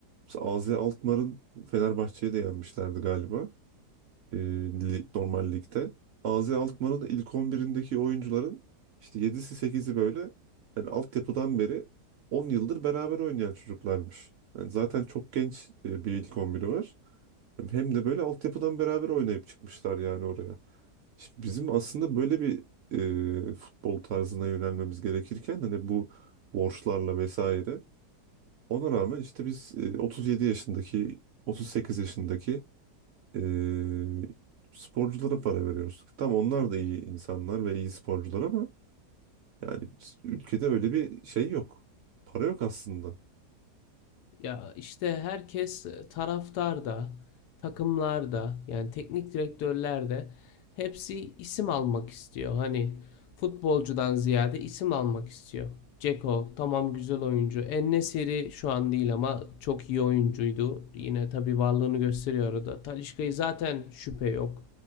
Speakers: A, on the right; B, on the left.
A: Mesela AZ Alkmaar'ın Fenerbahçe'yi de yenmişlerdi galiba e, li- normal ligde. AZ Alkmaar'ın ilk 11'indeki oyuncuların işte 7'si sekizi böyle yani altyapıdan beri 10 yıldır beraber oynayan çocuklarmış. Yani zaten çok genç e, bir ilk 11'i var. Yani Hem de böyle altyapıdan beraber oynayıp çıkmışlar yani oraya. Şimdi bizim aslında böyle bir e, futbol tarzına yönelmemiz gerekirken hani bu borçlarla vesaire ona rağmen işte biz e, 37 yaşındaki 38 yaşındaki ee, sporculara para veriyoruz. Tam onlar da iyi insanlar ve iyi sporcular ama yani biz- ülkede öyle bir şey yok. Para yok aslında.
B: Ya işte herkes e, taraftar da, takımlar yani teknik direktörlerde hepsi isim almak istiyor. Hani futbolcudan ziyade isim almak istiyor. Ceko tamam güzel oyuncu. En-Nesyri şu an değil ama çok iyi oyuncuydu. Yine tabii varlığını gösteriyor arada. Talisca'yı zaten şüphe yok.